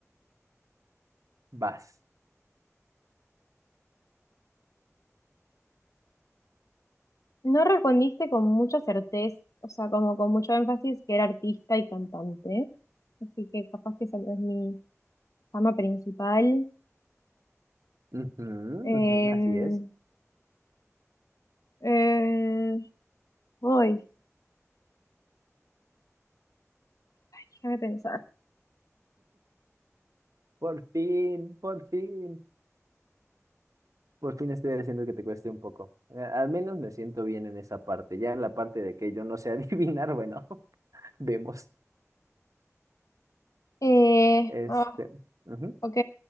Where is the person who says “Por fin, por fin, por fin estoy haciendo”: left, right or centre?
Right